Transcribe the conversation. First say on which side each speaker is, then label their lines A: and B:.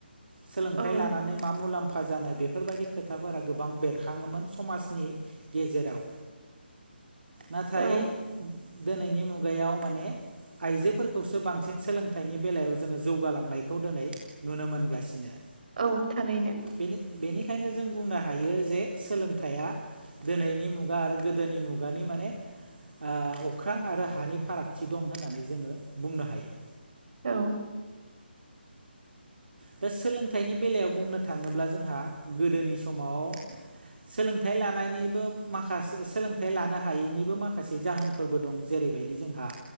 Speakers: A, on the right; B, on the right.
A: सोलोंथाइ
B: औ
A: लानानै मा मुलाम्फा जानो बेफोरबायदि खोथाफोरा गोबां बेरखाङोमोन समाजनि गेजेराव नाथाय
B: औ
A: दोनैनि मुगायाव माने आइजोफोरखौसो बांसिन सोलोंथाइनि बेलायाव जोङो जौगालांनायखौ दोनै नुनो मोनगासिनो।
B: औ थारैनो।
A: बेनि-बेनिखायनो जों बुंनो हायो जे सोलोंथाइया दोनैनि मुगा आरो गोदोनि मुगानि माने ओ अ ख्रां आरो हानि फारागथि दं होननानै जोङो बुंनो हायो।
B: औ
A: दा सोलोंथाइनि बेलायाव बुंनो थाङोब्ला जोंहा गोदोनि समाव सोलोंथाइ लानायनिबो माखास सोलोंथाइ लानो हायैनिबो माखासे जाहोन फोरबो दं जेरैबायदि जोंहा